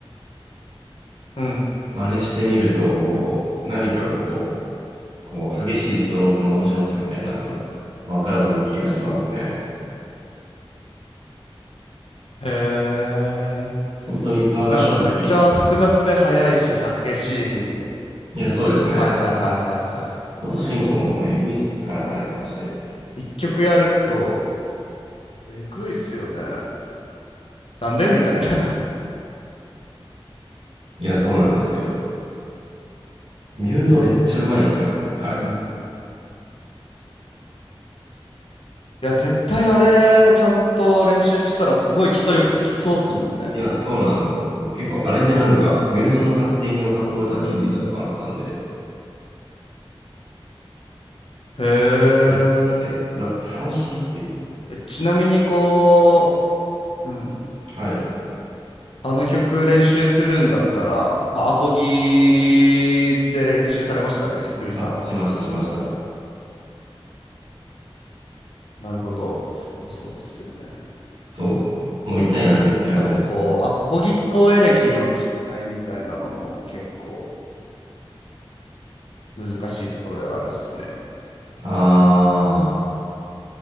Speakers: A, on the left; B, on the right.
A: うん。
B: 真似してみると、何かこう、こう、激しいストロークの面白さみたいなのとか、分かると気がしますね。
A: へえ。
B: 本当にパーカッションっぽい。
A: なんかめっちゃ複雑で速いし激しいんで。
B: いや、そうですね。
A: はいはいはいはいは
B: 元進行もエグいっすからね、あれ、まして。
A: い。一曲やると、えぐいっすよね。なんでみたいな。
B: いや、そうなんですよ。ミュートめっちゃうまいんですよね、ほんで、彼。
A: <laughs> うんいや、絶対あれ、ちゃんと練習したらすごい基礎力つきそうっすもんね。
B: いや、そうなんですよ。僕結構、あれでなんか、ミュートのカッティングのかっこよさ気づいたとこあったんで、
A: うん。へえ。
B: やってみて、うわ、楽しいっていう。
A: えちなみにこう、うん。
B: はい。
A: あの曲練習するんだったら、まあ、アコギで練習されました、ルイ、ルイさんは。
B: あ、しました、しました。
A: なるほど。そうっすよね。
B: そう。もう痛いなんて言ってられないです。
A: あとこう、アコギとエレキの違いみたいなのも結構難しいところではあるっすね。
B: あ